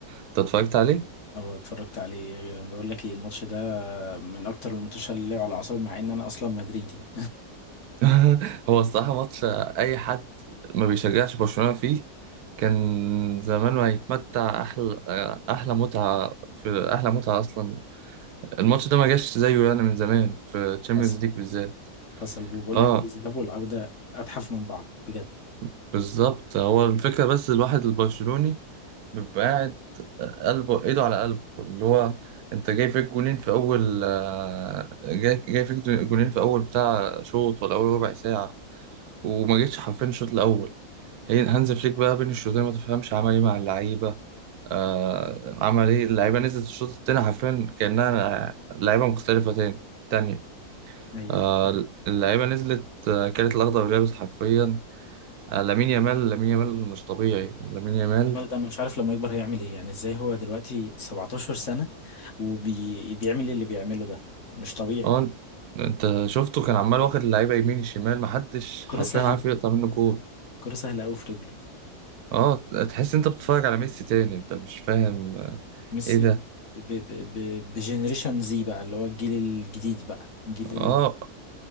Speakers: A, on the right (about 75°); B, on the left (about 50°).
A: أنت اتفرجت عليه؟
B: او اتفرجت عليه بقول لك ايه الماتش ده من اكتر الماتشات اللي لعب على اعصابي مع ان انا اصلا مدريدي
A: <laughs> هو الصراحة ماتش آه، أي حد ما بيشجعش برشلونة فيه كان زمانه هيتمتع أحلى آه، أحلى متعة في أحلى متعة أصلا الماتش ده ما جاش زيه يعني من زمان في
B: <laughs>
A: تشامبيونز
B: حصل
A: ليج بالذات.
B: حصل وبقول
A: اه
B: لك ايه الذهاب والعودة اتحف من بعض بجد
A: بالظبط هو الفكرة بس الواحد البرشلوني بيبقى قاعد قلبه ايده على قلبه اللي هو انت جاي فيك جولين في اول آه، جاي, جاي فيك جولين في اول بتاع شوط ولا اول ربع ساعة وما جيتش حرفيا الشوط الاول هي هانز فليك بقى بين الشوطين ما تفهمش عمل ايه مع اللعيبة آه عمل ايه اللعيبة نزلت الشوط التاني حرفيا كأنها لعيبة مختلفة تاني تانية
B: ايوه
A: آه اللعيبة نزلت آه، كانت الأخضر واليابس حرفيا آه، لامين يامال لامين يامال مش طبيعي لامين يامال
B: الراجل ده انا مش عارف لما يكبر هيعمل ايه يعني ازاي هو دلوقتي 17 سنة وبيعمل اللي بيعمله ده مش طبيعي
A: اه انت شفته كان عمال واخد اللعيبه يمين الشمال محدش
B: كرة
A: حرفيا
B: سهلة
A: عارف يقطع منه كوره
B: كرة سهلة قوي في رجله
A: اه تحس انت بتتفرج على ميسي تاني انت مش فاهم آه،
B: ميسي
A: ايه ده
B: ب ب ب بجنريشن زي بقى اللي هو الجيل الجديد بقى الجيل
A: اه